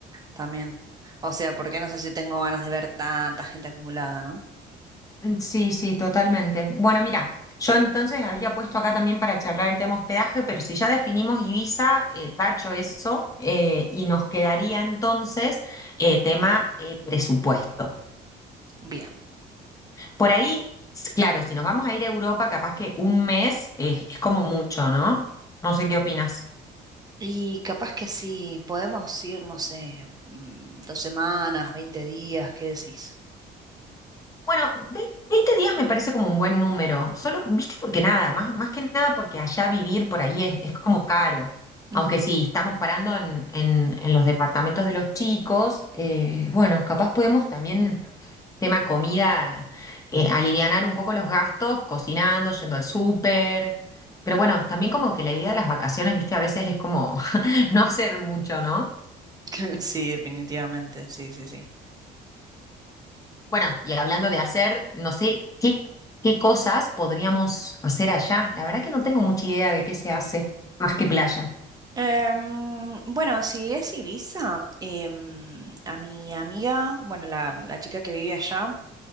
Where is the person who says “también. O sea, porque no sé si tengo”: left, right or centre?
Right